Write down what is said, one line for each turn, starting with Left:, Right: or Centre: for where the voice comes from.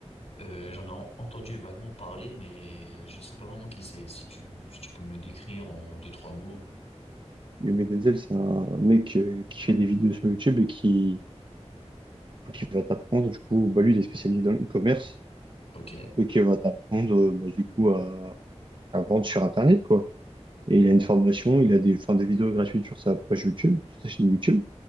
Left: Euh, j'en ai en- entendu vaguement parler, mais je sais pas vraiment qui c'est. Si tu, si tu peux me le décrire en deux, trois mots.
Right: Yomi Denzel, c'est un mec euh, qui fait des vidéos sur YouTube et qui, qui va t'apprendre. Du coup, bah, lui, il est spécialisé dans l'e-commerce.
Left: Ok,
Right: et qui va t'apprendre, euh, bah, du coup, à, à vendre sur Internet, quoi. Et il a une formation, il a des, enfin, des vidéos gratuites sur sa page YouTube, sur sa chaîne YouTube.